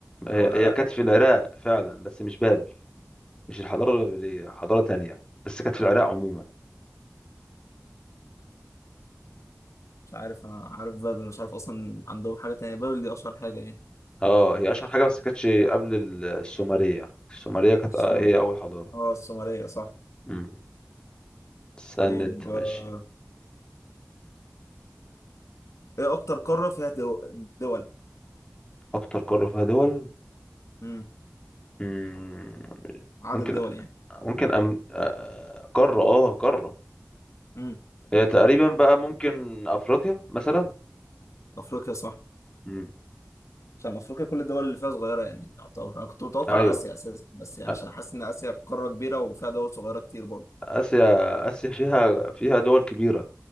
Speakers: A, on the left; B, on the left.
A: هي
B: او العراق
A: هي كانت في العراق فعلا بس مش بابل مش الحضاره البابليه حضاره تانية بس كانت في العراق عموما
B: مش عارف انا عارف بابل مش عارف اصلا عندهم حاجة تانية بابل دي اشهر حاجة يعني
A: اه هي اشهر حاجه بس كانتش قبل ال- السومريه السومريه كانت
B: السومر
A: آه، هي اول حضاره
B: اه السومرية صح
A: امم استنى
B: طيب
A: انت ماشي
B: آه، ايه اكتر قارة فيها دو- دول
A: اكتر قاره فيها دول
B: امم
A: مم.
B: عدد
A: ممكن
B: دول يعني
A: ممكن أم... آه، قاره اه قاره
B: امم
A: آه، تقريبا بقى ممكن افريقيا مثلا
B: افريقيا صح
A: امم
B: عشان افريقيا كل الدول اللي فيها صغيرة يعني يعتبر انا كنت متوقع
A: ايوه
B: اسيا اساسا بس يعني
A: آ-
B: عشان حاسس ان اسيا قارة كبيرة وفيها دول صغيرة كتير برضه
A: اسيا اسيا فيها فيها دول كبيره